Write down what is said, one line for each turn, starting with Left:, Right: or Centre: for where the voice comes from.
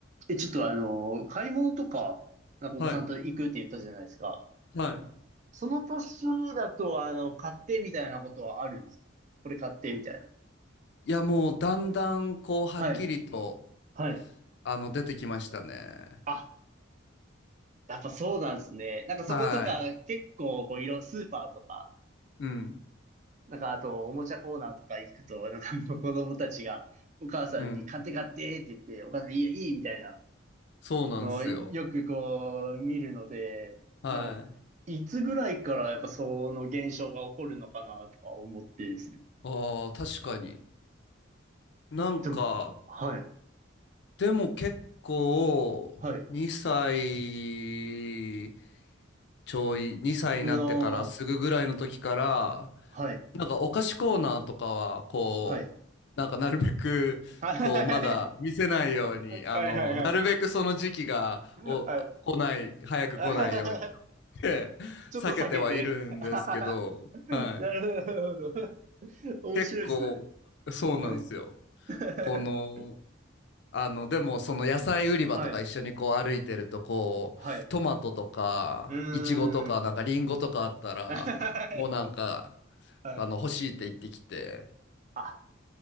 Right: え、ちょっとあの、買い物とか、なんかお子さんと行くって言ったじゃないですか。
Left: はい。はい。
Right: その年だと、あの、買ってみたいなことはあるんですかこれ買ってみたいな。
Left: いや、もうだんだんこう、はっきりと、
Right: はい。はい。
Left: あの、出てきましたね。
Right: あ、やっぱそうなんですね。なんかそことか、
Left: はい。
Right: 結構、こう、いろ、スーパーとか、
Left: うん、
Right: なんか、あと、おもちゃコーナーとか行くと、なんか、あの子供たちが、お母さんに買って買ってって言って、
Left: うん。
Right: お母さんいいよ、いいみたいな
Left: そうなんすよ。
Right: のをよくこう、見るので、
Left: はい。
Right: の、いつぐらいからやっぱその現象が起こるのかなとか思ってですね。
Left: ああ、確かに。なんか、
Right: でも、あはい、
Left: でも結構、
Right: はい、
Left: 2歳ちょい、2歳になってからすぐぐらいの時から、
Right: うの、はい、
Left: なんかお菓子コーナーとかは、こう、
Right: はい。
Left: なんかなるべく、
Right: はい、はい、
Left: こう、まだ見せないように、あの、
Right: はい。はい、はい、
Left: なるべくその時期が、
Right: はい。
Left: お、来ない、早く来ないようにっ
Right: あ <laughs>
Left: て、<laughs>
Right: ちょっと避けて。
Left: 避けてはいるんですけど、
Right: <laughs>
Left: はい。
Right: なるほど。面白いですね。
Left: 結構、そうなんですよ。
Right: はい。<laughs>
Left: この、あの、でも、その野菜売り場とか一緒にこう歩いてると、
Right: はい。
Left: こう、
Right: はい。
Left: トマトとか、
Right: うーん。
Left: イチゴとか、なんかリンゴとかあったら、
Right: <laughs> はい。
Left: もうなんか、
Right: はい。
Left: あの、欲しいって言ってきて、
Right: あ、